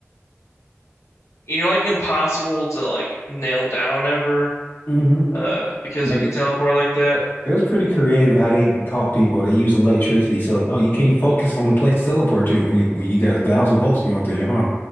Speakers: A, on the left; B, on the left.
A: You're like impossible to like nail down ever,
B: <laughs> hmm
A: uh, because
B: Like,
A: you can teleport like that.
B: It was pretty creative how they caught people. They use electricity. So like, oh, you can't focus on the place to teleport to when you when you got a thousand volts going through you, huh?